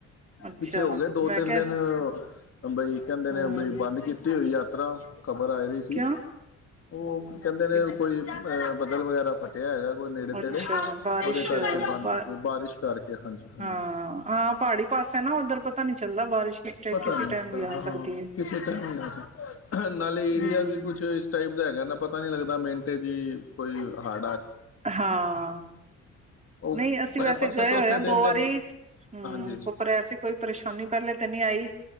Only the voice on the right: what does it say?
ਅੱਛਾ
ਮੈਂ
ਕਿਹਾ
ਹਮ
ਕਿਉਂ
ਕਿਉਂ?
ਅੱਛਾ ਬਾਰਿਸ਼
ਬ
ਹਾਂ ਹਾਂ ਪਹਾੜੀ ਪਾਸੇ ਨਾ ਉੱਧਰ ਪਤਾ ਨ ਨਹੀਂ ਚੱਲਦਾ ਬਾਰਿਸ਼ ਕਿਸ ਟ
ਕਿਸੇ
ਟਾਈਮ
ਵੀ ਆ
ਸਕਦੀ ਹੈ।
ਹਮ
ਹਾਂ
ਨਹੀਂ ਅਸੀਂ ਵੈਸੇ
ਗਏ
ਹੋਏ ਹਾਂ
ਦੋ
ਵਾਰੀ
ਹਮ
ਕੋਪਰ ਐਸੀ ਕੋਈ ਪਰੇਸ਼ਾਨੀ ਪਹਿਲੇ ਤਾਂ ਨਹੀਂੀ ਆਈ